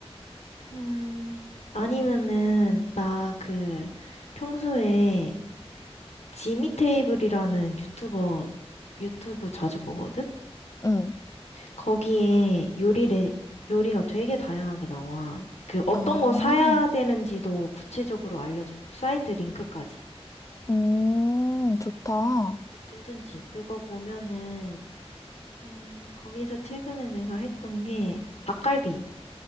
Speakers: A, on the left; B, on the left.
A: 음. 아니면은 나 그 평소에 지미 테이블이라는 유튜버 유튜브 자주 보거든?
B: 응,
A: 거기에 요리 레, 요리가 되게 다양하게 나와. 그 어떤
B: 아,
A: 거 사야 되는지도 구체적으로 알려주고 사이트 링크까지.
B: 음, 좋다.
A: 음. 어, 괜찮지? 그거 보면은 음, 거기서 최근에 내가 했던 게 닭갈비.